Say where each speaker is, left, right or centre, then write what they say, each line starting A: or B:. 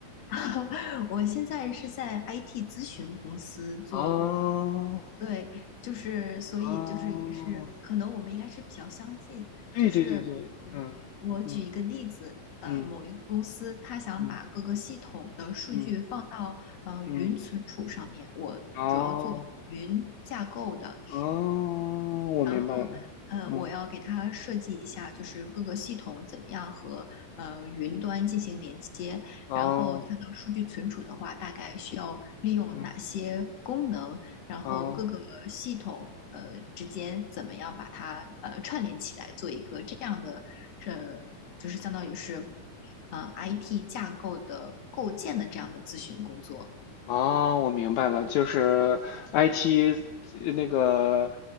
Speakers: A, on the left; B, on the left.
A: <laughs> 我现在是在 IT 咨询公司做，
B: <laughs> 哦
A: 对，就是所以就是也是可能我们应该是比较相近。
B: 哦哦。对对对对，
A: 就是比如我举一个例子，
B: 嗯嗯
A: 呃，
B: 嗯
A: 某一个公司他想把各个系统的数据放到呃云存储上面，
B: 嗯嗯嗯，
A: 我主要做云架构的。
B: 哦哦，我明白了，
A: 然后呃，
B: 嗯，
A: 我要给它设计一下，就是各个系统怎么样和呃云端进行连接，
B: 哦，
A: 然后它的数据存储的话，大概需要利用哪些功能，
B: 嗯，
A: 然后各个系统呃之间怎么样把它呃串联起来，
B: 哦。
A: 做一个这样的呃，就是相当于是呃 IT 架构的构建的这样的咨询工作。
B: 啊，我明白了，就是 IT 呃那个